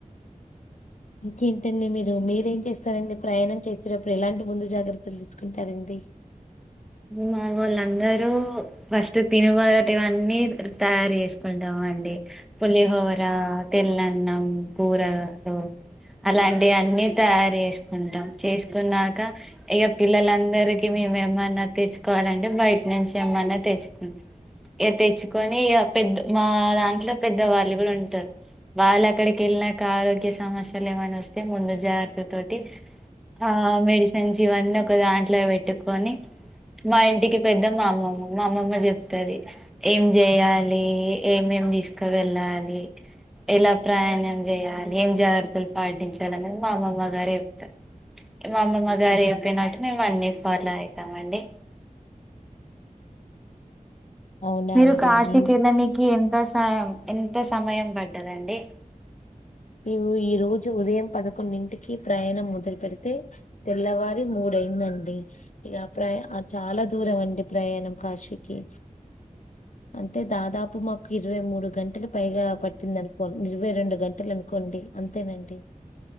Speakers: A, on the left (about 60°); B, in the centre.
A: ఇంకేంటండి మీరు మీరేం చేస్తారండి ప్రయాణం చేసేటప్పుడు ఎలాంటి ముందు జాగ్రత్తలు తీసుకుంటారండి
B: మా వాళ్ళందరూ ఫస్ట్ తినబడేటువన్నీ తయారు చేస్తారు పోదాం అండి పులిహోర తెల్లన్నం కూరలు అలాంటి అన్నీ తయారు జేస్కుంటాం చేస్కున్నాక ఇగ పిల్లలందరికిీ మేమెన్నా తెచ్చుకోవాలంటే బయ్ ట్నుంచి ఏమన్నా తెచ్చ్ కుం ఇగ తెచ్చుకొని ఇగ పెద్ద్ మా దాంట్లో పెద్ద వాళ్ళు గుడా ఉంటారు వాళ్ళు అక్కడికి ఎళ్ళ్నాక ఆరోగ్య సమస్యలు ఏమైనా వొస్తే ముందు జాగ్రత్త తోటి ఆ మెడిసన్స్ ఇవన్నీ ఒక దాంట్లో వెట్టుకొని మా ఇంటికి పెద్ద మా అమ్మమ్మ మా అమ్మమ్మ జేప్తాది ఏం జేయ్యాలి ఏమేం దీస్కవెళ్ళాలి ఎలా ప్రయాణం జేయ్యాలి ఏం జాత్రలు పాటించాలి అనేది మా అమ్మమ్మ గారెప్తా మా అమ్మమ్మ గారు ఎప్పినట్టు మేమన్ని ఫాట్లో అయితామండి
A: అవునా
B: మీరు
A: అండి
B: కాశీకి
A: నేను
B: ఎళ్ళనీకి ఎంత సహాయం ఎంత సమయం బడ్డదండి
A: ఈవు ఈ రోజు ఉదయం పదకొండింటికి ప్రయణం మొదలు పెడితే తెల్లవారి మూడైందండి ఇగా ప్రయా ఆ చాలా దూరమండి ప్రయాణం కాశీకి అంటే దాదాపు మాకి ఇరవై మూడు గంటలు పైగా పట్టింది అనుకోన్ నిరవై రెండు గంటలు అను కోండి అంతేనండి